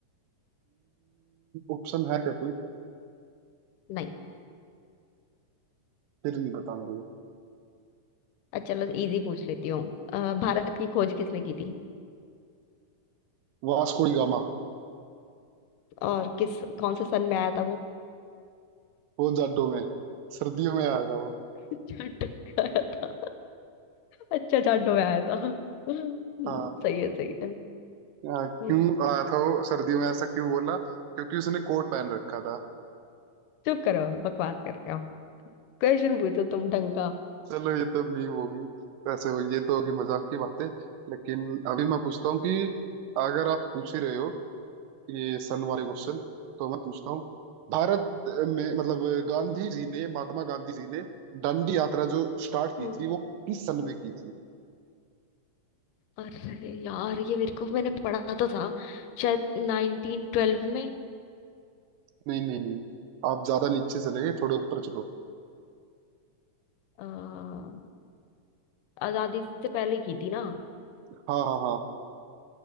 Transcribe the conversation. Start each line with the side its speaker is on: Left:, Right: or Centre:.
Right: ऑप्शन है क्या कोई
Left: नहीं
Right: फिर नहीं पता मेरे
Left: अच्छा चलो इजी पूछ लेती हूँ अ, भारत की खोज किसने की थी
Right: को Vasco da Gama
Left: और किस कौन से सन में आया था वो
Right: वो जाडो में सर्दियों में आया था वो
Left: <laughs> जाट में आया था अच्छा जाटों में आया था हम्म,
Right: हाँ
Left: सही है सही है
Right: हाँ,
Left: हम्म,
Right: क्यों आया था वो सर्दियों में ऐसा क्यों बोला क्योंकि उसने कोट पहन रखा था
Left: चुप करो बकवास कर रहे हो क्वेश्चन पूछो तुम ढंग का
Right: चलो ये तो मीम होगी वैसे हो ये तो होगी मजाक की बातें लेकिन अभी मैं पूछता हूँ कि अगर आप पूछ ही रहे हो ये सन वाले क्वेश्चन तो मैं पूछता हूँ भारत में मतलब गांधी जी ने महात्मा गांधी जी ने दांडी यात्रा जो स्टार्ट की
Left: हम्म
Right: थी वो किस सन में की थी
Left: अरे यार ये मेरे को मैंने पढ़ा तो था शायद 1912 में
Right: नहीं नहीं नहीं आप ज्यादा नीचे चले गए थोड़े ऊपर चलो
Left: अ, आजादी से पहले की थी ना
Right: हाँ हाँ हाँ